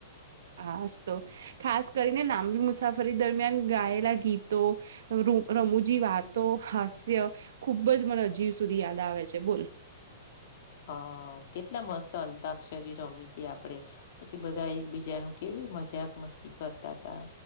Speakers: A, on the right; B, on the left.
A: હાસ તો ખાસ કરીને લાંબી મુસાફરી દરમિયાન ગાયેલા ગીતો રમૂજી વાતો હાસ્ય ખુબ જ મને હજી સુધી યાદ આવે છે બોલ.
B: હ કેટલા મસ્ત અંતાક્ષરી રમી હતી આપડે. પછી બધા એક બીજાનું કેવી મજાક મસ્તી કરતા હતા.